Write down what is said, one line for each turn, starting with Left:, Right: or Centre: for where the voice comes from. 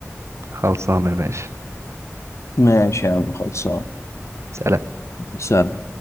Right: خلصانه يا باشا
Left: ماشي يا عم خلصان
Right: سلام
Left: سلام